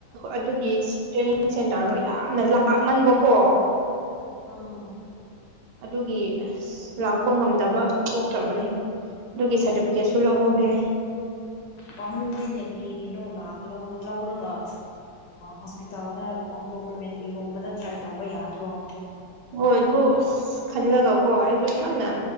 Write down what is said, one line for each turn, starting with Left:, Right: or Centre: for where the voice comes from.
Right: ꯑꯗꯨꯒꯤ ꯇ꯭ꯔꯦꯅꯤꯡ ꯁꯦꯟꯇꯔꯗꯣ ꯌꯥꯝꯅ ꯂꯥꯃꯟꯕꯀꯣ
Left: ꯑꯥ
Right: ꯑꯗꯨꯒꯤ ꯂꯥꯛꯄ ꯉꯝꯗꯕ ꯊꯣꯛꯇ꯭ꯔꯕꯅꯤ ꯑꯗꯨꯒꯤ ꯁꯔꯇꯤꯐꯤꯀꯦꯠꯁꯨ ꯂꯧꯍꯧꯗ꯭ꯔꯦ
Left: ꯄꯥꯝꯃꯨꯣꯏꯅꯦ ꯀꯔꯤꯒꯤꯅꯣ ꯂꯧꯔꯒ ꯍꯣꯁꯄꯤꯇꯥꯜꯗ ꯒꯣꯚꯔꯃꯦꯟꯒꯤꯒꯨꯝꯕꯗ ꯇ꯭ꯔꯥꯏ ꯇꯧꯕ ꯌꯥꯗ꯭ꯔꯣ
Right: ꯍꯣꯏ ꯑꯗꯨꯕꯨ ꯑꯁ ꯈꯜꯂꯒꯀꯣ ꯑꯩꯁꯨ ꯌꯥꯝꯅ